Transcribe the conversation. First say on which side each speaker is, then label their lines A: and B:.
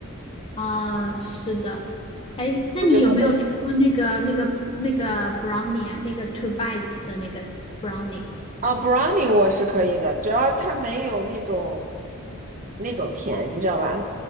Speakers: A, on the left; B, on the right.
A: 啊，是的。哎，那你有没有吃过那个、
B: 我觉得特别
A: 那个、那个 brownie 啊？那个 two bites 的那个 brownie？
B: 啊，brownie 我是可以的，只要它没有那种那种甜，你知道吧？